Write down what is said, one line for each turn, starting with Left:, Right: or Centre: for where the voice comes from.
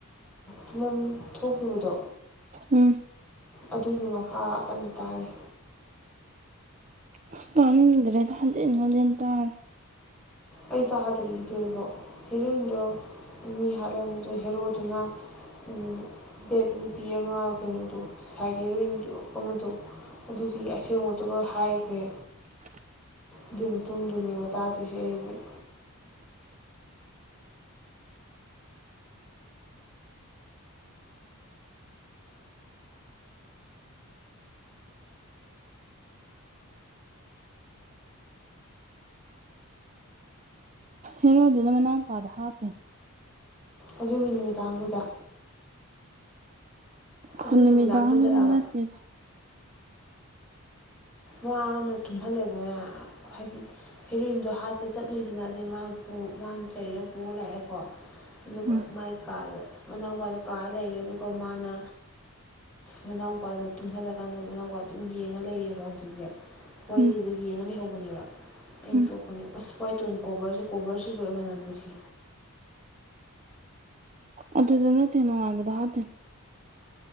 Centre: ꯐꯤꯂꯝ ꯊꯣ ꯊꯣꯛꯈꯤꯕꯗꯣ
Right: ꯎꯝ
Centre: ꯑꯗꯨꯒꯤ ꯃꯈꯥ ꯀꯟꯅ ꯇꯥꯔꯤ
Right: ꯏꯁꯇꯅꯤꯡꯗꯔ꯭ꯦꯗ ꯍꯟꯖꯤꯟ ꯍꯟꯖꯤꯟ ꯇꯥꯔꯦ
Centre: ꯑꯩ ꯇꯥꯗꯔꯤ ꯂꯣꯏꯐꯥꯎ ꯍꯦꯔꯣꯏꯟꯗꯣ ꯃꯤ ꯍꯥꯠꯂꯝꯃꯤ ꯑꯗꯣ ꯍꯦꯔꯣꯗꯨꯅ ꯎꯝ ꯕꯦꯠ ꯅꯨꯄꯤ ꯑꯃ ꯀꯩꯅꯣꯗꯣ ꯁꯥꯏꯠ ꯍꯦꯔꯣꯏꯟ ꯑꯃꯗꯣ ꯑꯗꯨꯗꯨꯒꯤ ꯑꯁꯦꯡꯕꯇꯣ ꯍꯥꯏ ꯈꯔ꯭ꯦ
Right: <inaudible>
Centre: ꯑꯗꯨꯅꯦ ꯇꯨꯡꯗꯨꯅꯦꯕ ꯇꯥꯗꯣꯏꯁꯦ ꯑꯩꯁꯦ ꯍꯧꯖꯤꯛ
Right: ꯃꯣꯗꯅꯥ ꯃꯅꯥꯎꯄꯥꯗꯣ ꯍꯥꯞꯇꯦ
Centre: ꯑꯗꯨꯒꯤ ꯅꯨꯃꯤꯗꯥꯡꯗꯨꯗ ꯑꯗꯨꯒꯤ
Right: ꯍꯃꯤꯗꯥꯎꯗꯗ
Centre: ꯅꯨꯃꯤꯗꯥꯡꯗꯨꯗꯔꯕ
Right: ꯅꯠꯇꯦꯔ
Centre: ꯃꯥꯅ ꯇꯨꯝꯍꯜꯂꯦꯗꯅ ꯍꯥꯏꯗꯤ ꯍꯦꯔꯣꯏꯟꯗꯣ ꯍꯥꯠꯄ ꯆꯠꯂꯨꯏꯗꯅ ꯑꯗꯨꯗꯩ ꯃꯥꯅ ꯋꯥꯟ ꯆꯩꯔ ꯄꯨ ꯂꯥꯛꯑꯦꯀꯣ ꯑꯗꯨꯒ
Right: ꯎꯝ
Centre: ꯃꯥꯏ ꯀꯥꯗ ꯃꯅꯥꯎꯄꯥꯗ ꯀꯥꯔ ꯂꯩꯔꯦ ꯑꯗꯨꯒ ꯀꯣ ꯃꯥꯅ ꯃꯅꯥꯎꯄꯥꯗꯣ ꯇꯨꯝꯍꯜꯂꯀꯥꯟꯗ ꯃꯅꯥꯎꯄꯥ ꯑꯗꯨꯝ ꯌꯦꯡꯉ ꯂꯩꯌꯦꯕ ꯑꯣ ꯁꯤꯁꯦ ꯋꯥꯔꯤꯗꯨꯗ
Right: ꯎꯝ
Centre: ꯌꯦꯡꯉ ꯂꯩꯍꯧꯕꯅꯦꯕ ꯑꯩꯅ
Right: ꯎꯝ
Centre: ꯇꯣꯛꯄꯅꯦꯕ ꯑꯁ ꯋꯥꯏ ꯇꯣꯏ ꯀꯣꯕꯔꯁ ꯀꯣꯕꯔꯁꯤꯕꯨ ꯑꯩꯟꯅ ꯅꯨꯡꯁꯤ
Right: ꯑꯇꯩ ꯅꯅꯅꯨꯡꯉ ꯍꯥꯦ